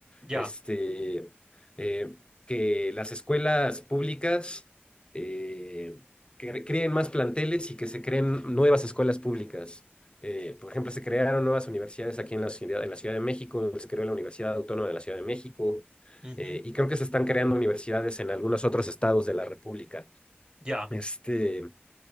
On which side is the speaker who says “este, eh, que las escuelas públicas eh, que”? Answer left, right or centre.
Left